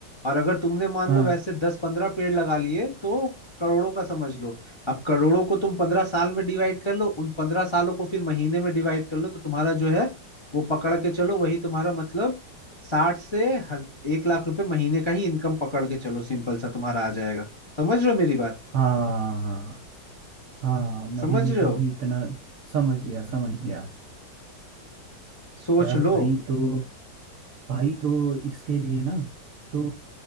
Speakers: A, on the left; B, on the right.
A: और अगर तुमने मान
B: हाँ
A: लो वैसे दस पंद्रह पेड़ लगा लिए तो करोड़ों का समझ लो अब करोड़ों को तुम पंद्रह साल में डिवाइड कर लो उन पंद्रह सालों को फिर महीने में डिवाइड कर लो तो तुम्हारा जो है वो पकड़ के चलो वही तुम्हारा मतलब साठ से हज- एक लाख रुपए महीने का ही इनकम पकड़ के चलो सिंपल सा तुम्हारा आ जाएगा समझ रहे हो मेरी बात
B: हाँ हाँ हाँ, महीने
A: समझ रहे
B: का
A: हो
B: ही इतना समझ गया समझ गया
A: सोच
B: यार
A: लो
B: भाई तो भाई तो इसके लिए ना तो